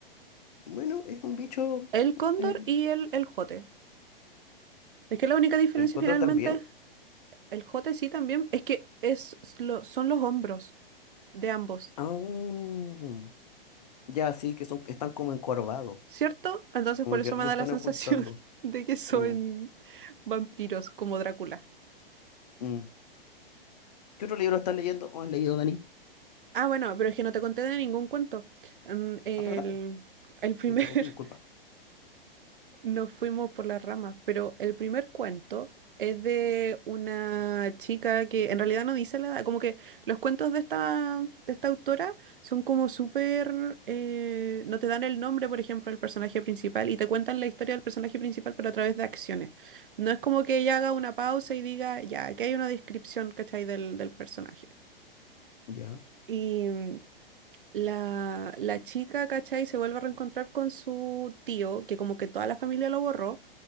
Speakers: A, on the left; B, on the right.
A: Bueno, es un bicho,
B: El cóndor
A: eh,
B: y el, el jote. Es que la única diferencia
A: el cóndor
B: finalmente,
A: también.
B: el jote sí también, es que es lo- son los hombros de ambos,
A: Aún ya sí, que son, están como encorvados,
B: ¿cierto? Entonces
A: como
B: por eso
A: que algo
B: me da
A: están
B: la sensación
A: ocultando.
B: <laughs> de que son
A: Mm,
B: vampiros como Drácula.
A: mm. ¿Qué otro libro estás leyendo o has leído, Dani?
B: Ah, bueno, pero es que no te conté de ningún cuento. Mm, El,
A: Ah, perdón, po,
B: el primer,
A: te interrumpí,
B: <laughs>
A: disculpa.
B: nos fuimos por las ramas, pero el primer cuento es de una chica que en realidad no dice la edad, como que los cuentos de esta, de esta autora son como súper, eh, no te dan el nombre, por ejemplo, del personaje principal y te cuentan la historia del personaje principal, pero a través de acciones. No es como que ella haga una pausa y diga, ya, aquí hay una descripción, ¿cachai? Del, del personaje.
A: Ya,
B: Y mm, La, la chica, ¿cachai? Se vuelve a reencontrar con su tío, que como que toda la familia lo borró,